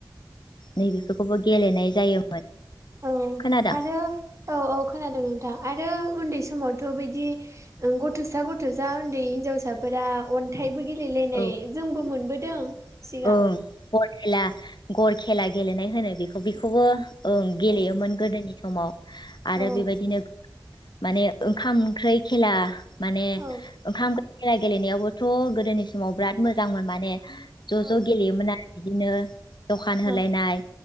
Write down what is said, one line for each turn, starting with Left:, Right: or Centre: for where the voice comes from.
Left: नै खौबो गेलेनाय जायो।
Right: औ
Left: खोनादों
Right: आरो औ औ खोनादों नोंथां आरो उन्दै स समावथ' बिदि ओ गथ'सा गथ'सा ओन्दै हिनजावसाफोरा अनथाइ बो गेलेलायनाय
Left: औ
Right: जोंबो मोनबोदों। सिगां
Left: ओं गर खेला गर खेला गेलेनाय होनो बेखौ बेखौबो ओं गेलेयोमोन
Right: औ
Left: गोदोनि समाव आरो
Right: औ
Left: बेबायदिनो माने ओंखाम ओंख्रै खेला माने
Right: औ
Left: ओंखाम खेला गेलेनायावबोथ' गोदोनि समाव बिराद मोजांमोन माने ज'
Right: औ
Left: ज' गेलेयोमोन आरो बिदिनो दखान होलायनाय
Right: औ